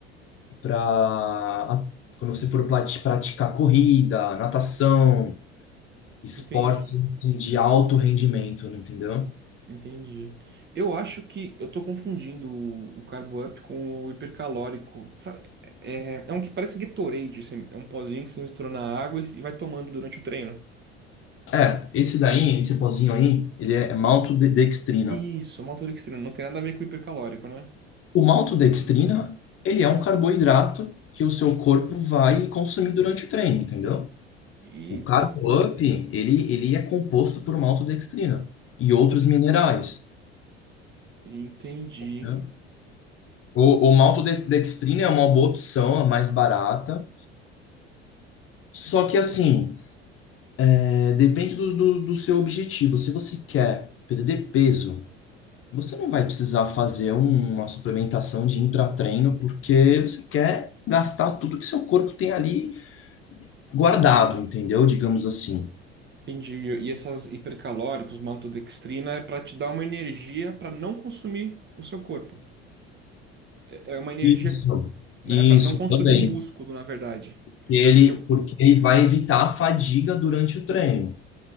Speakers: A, on the left (about 40°); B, on the right (about 35°).
A: para quando você for plat- praticar corrida, natação, esportes
B: Entendi,
A: assim, de alto rendimento, né, entendeu?
B: entendi. Eu acho que eu tô confundindo o, o Carbo Up com o hipercalórico. Sabe? É, é um que parece Gatorade, você- é um pozinho que você mistura na água e vai tomando durante o treino.
A: É, esse daí, esse pozinho aí, ele é maltodextrina.
B: Isso, maltodextrina, não tem nada a ver com o hipercalórico, né?
A: O maltodextrina, ele é um carboidrato que o seu corpo vai consumir durante o treino, entendeu?
B: Entendi,
A: O Carbo Up, ele, ele é composto por maltodextrina e outros minerais.
B: entendi.
A: né? O, o maltodextrina é uma boa opção, é mais barata. Só que, assim, é, depende do, do, do seu objetivo. Se você quer perder peso, você não vai precisar fazer um- uma suplementação de intratreino, porque você quer gastar tudo que seu corpo tem ali guardado, entendeu? Digamos assim.
B: Entendi. E essas hipercalóricos, maltodextrina, é para te dar uma energia para não consumir o seu corpo. É é uma energia,
A: Isso. Isso
B: né, para não consumir
A: também.
B: o músculo, na verdade.
A: Que Ele,
B: Que eu
A: porque ele vai evitar a fadiga durante o treino.